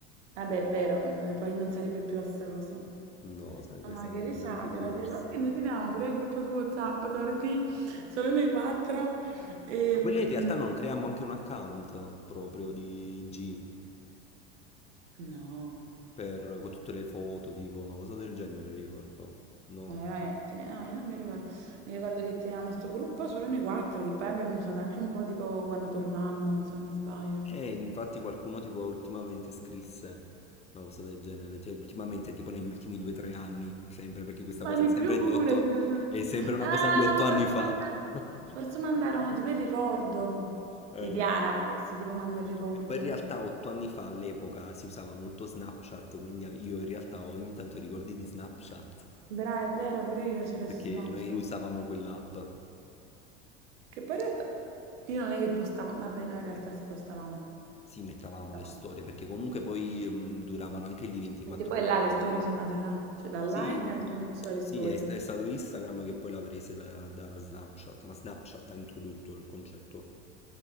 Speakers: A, on the right (about 75°); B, on the left (about 20°).
A: Vabbè, è vero, n- poi non sarebbe più la stessa cosa.
B: no, sarebbe
A: No, ma
B: stato
A: che
B: completamente
A: risate,
B: diverso.
A: va a dire, guarda che noi teniamo pure il gruppo su WhatsApp, torqui, solo noi quattro. E,
B: Ma quella
A: mm,
B: in realtà non creiamo anche un account proprio di IG
A: No,
B: per, con tutte le foto, tipo una cosa del genere, ricordo. No.
A: ma Mh. veramente? No, io non mi ricordo. Mi ricordo che tenevamo sto gruppo solo noi 4, che poi abbiamo usato anche un po' tipo quando tornammo, se non mi sbaglio.
B: E infatti qualcuno tipo ultimamente scrisse una cosa del genere, cioè ultimamente tipo negli ultimi due o tre anni, sempre perché questa
A: Ma
B: cosa
A: Per
B: è
A: di
B: sempre
A: più pure,
B: di otto,
A: secondo me.
B: è sempre una
A: Ah
B: cosa di otto
A: no,
B: anni
A: forse
B: fa.
A: manda
B: <laughs>
A: forse mandarono tipo il ricordo.
B: Eh.
A: Viviana forse, tipo manda il ricordo.
B: E poi in realtà otto anni fa all'epoca si usava molto Snapchat, quindi io in realtà ho ogni tanto i ricordi di Snapchat.
A: Brava, è vero, pure io ce l'ho
B: perché
A: su Snapchat.
B: noi usavamo quell'app.
A: Che poi in realtà io non è che postavo, vabbè no, in realtà sì, postavamo.
B: Sì, mettavamo
A: Postavamo.
B: le storie perché comunque poi mh, duravano anche lì 24
A: Perché poi
B: ore.
A: là le storie sono nate là. Cioè da là
B: Sì,
A: è avuto inizio le
B: sì,
A: storie.
B: è, è stato Instagram che poi l'ha prese da, da Snapchat, ma Snapchat ha introdotto il concetto.